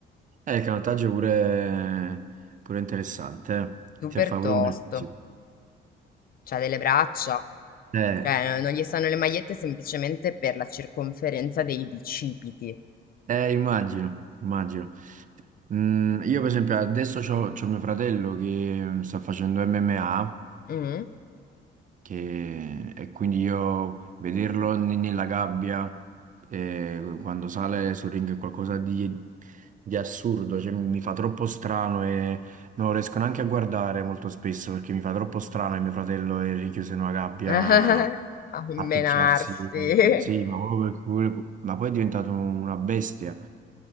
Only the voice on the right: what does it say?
Eh, il canottaggio è pure... pure interessante,
eh. Ti fa
pure un bel fisico.
Eh,
eh, immagino, immagino. Mm, io per esempio adesso c'ho, c'ho mio fratello che mm, sta facendo MMA
che- e quindi io vederlo ne- nella gabbia eh, quando sale sul ring è qualcosa di, di assurdo, cioè, mi fa troppo strano e non lo riesco neanche a guardare molto spesso perché mi fa troppo strano che mio fratello è rinchiuso in una gabbia
a
picchiarsi, sì,
ma, proprio perché pure- ma poi è diventato una bestia.